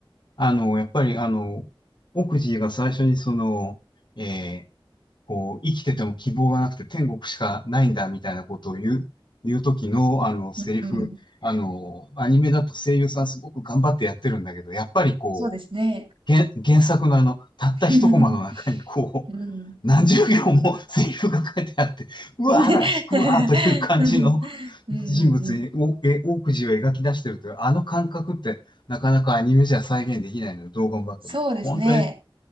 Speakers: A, on the left; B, on the right.
A: あの、やっぱり、あの、奥地が最初にその、えーこう、生きてても希望がなくて天国しかないんだ、みたいなことを言う、言う時の、あの、セリフ、
B: うん。うん、
A: あの、アニメだと声優さんすごく頑張ってやってるんだけど、やっぱりこう、
B: そうですね。
A: 原、原作のあの、たった一コマの中にこう、
B: <laughs> うん。うん。
A: 何十行もセリフが書いてあって、うわーだ、
B: <laughs>
A: 引くわーという感じの
B: うんうんうんうん
A: 人物に、おえ、大くじを描き出してるという、あの感覚ってなかなかアニメじゃ再現できないので、どう頑張っても。
B: そうですね。
A: 本当に